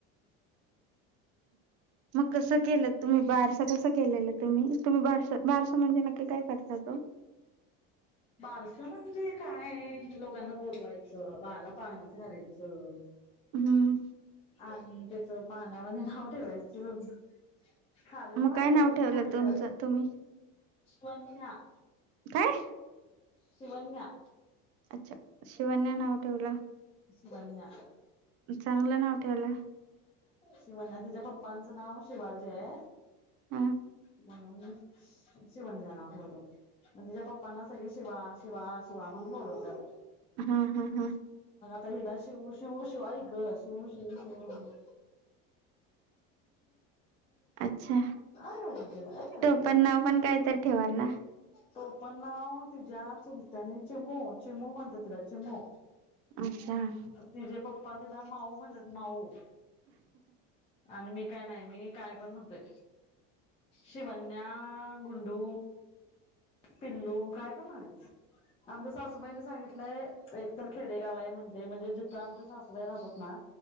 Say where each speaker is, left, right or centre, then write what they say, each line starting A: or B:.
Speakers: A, on the right; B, on the left.
A: <inaudible> मग कसं केलंत तुम्ही बारस कसं केलेलं तुम्ही तुम्ही बारश बारश म्हणजे नक्की काय करतात ओ?
B: <inaudible> बारस म्हणजे कायं लोकांना बोलवायचं बाळाला पाळण्यात घालायचं.
A: हम्म्.
B: आणि त्याच पाळण्यामध्ये नाव ठेवायचं. खालून वर
A: मग काय
B: वरून
A: नाव ठेवलं
B: खाली
A: तुमचं
B: ठेवाय
A: तुम्ही
B: शिवन्या.
A: काय
B: शिवन्या.
A: अच्छा शिवन्या नाव ठेवला?
B: शिवन्या.
A: चांगलं नाव ठेवला.
B: शिवन्या तिज्या पप्पांचं नाव शिवाजीआय.
A: हा
B: म्हणून शिवन्या नाव ठेवलं. म तिज्या पप्पांना सगळे शिवा शिवा शिवा म्हणून बोलवत्यात.
A: हम्म हम्म हम्.
B: त हिला शिउ शिउ शिवाईगं शिउ शिउ शिउ शिउ
A: अच्छा
B: आंय हंय. अंय व्हंयग.
A: टोपण नाव पण कायतरी ठेवाल ना
B: टोपन नाव तिज्या चुलत्याने चिमो चिमो म्हणतात तिला चिमो.
A: अच्छा.
B: तिजे पप्पा तिला माऊ म्हणतात माऊ. आणि मी कायनाय मी कायपण म्हंतोय. शिवन्याआ, गुंडू. पिल्लू कायपण म्हणायच आमच्या सासूबाईनी सांगिटलंय एकतर खेडेगावाय म्हंटले म्हंजे जिथं आमच्या सासूबाई राहतातना